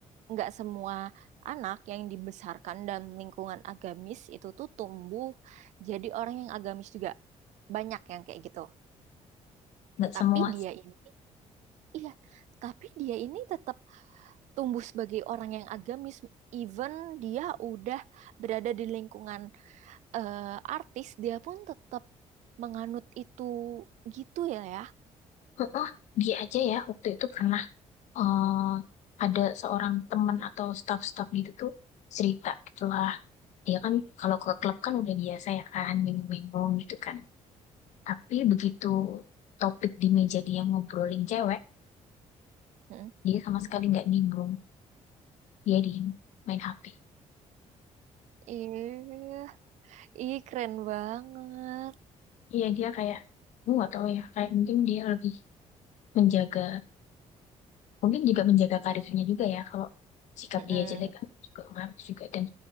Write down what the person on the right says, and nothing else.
nggak semua anak yang dibesarkan dalam lingkungan agamis itu tuh tumbuh jadi orang yang agamis juga. Banyak yang kayak gitu.
Tapi
dia
ini, iya, tapi dia ini tetap tumbuh sebagai orang yang agamis. Even dia udah berada di lingkungan eh, artis, dia pun tetap menganut itu gitu ya ya.
Mhm.
Iya, ih keren banget.
Mhm.